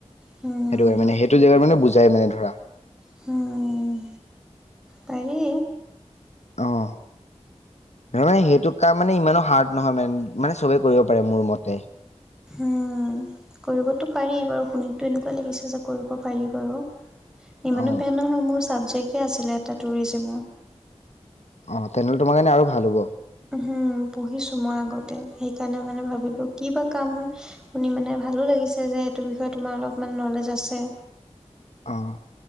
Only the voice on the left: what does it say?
সেইটো কাৰে মানে, সেইটো জেগাত মানে বুজাই মানে ধৰা।
অঁ। নহয় সেইটো কাম মানে ইমানো হাৰ্ড নহয় মানে, মানে সবেই কৰিব পাৰে মোৰ মতে।
অ
অ তেনেহ'লে তোমাৰ কাৰণে আৰু ভাল হ'ব।
আহ